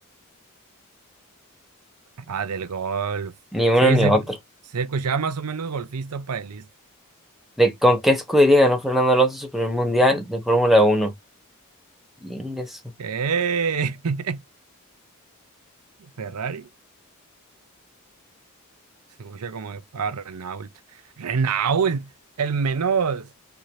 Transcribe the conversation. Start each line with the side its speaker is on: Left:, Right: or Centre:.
Right: Ah, del golf.
Centre: Ni uno
Right: Sí,
Centre: ni
Right: se,
Centre: otro.
Right: se escuchaba más o menos golfista, paelista.
Centre: ¿De con qué escudería ganó Fernando Alonso su primer mundial de Fórmula uno Ingreso.
Right: ¡Eh! <laughs> Ferrari. Se escucha como de- ah, Renault. Renault, el menos.